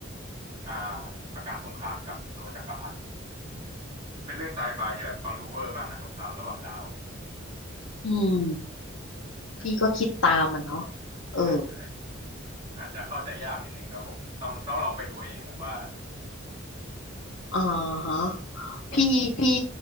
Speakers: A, on the right; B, on the left.
A: อ่าประกาศสงครามกับตัวจักรพรรดิเป็นเรื่องไซไฟที่แบบฟังดูเวอร์มากนะสงครามระหว่างดาว
B: อืมพี่ก็คิดตามมันเนาะเออ
A: <laughs> ใช่อาจจะเข้าใจยากนิดนึงครับผมต้องต้องลองไปดูเองผมว่า
B: อ่าฮะ พี่พี่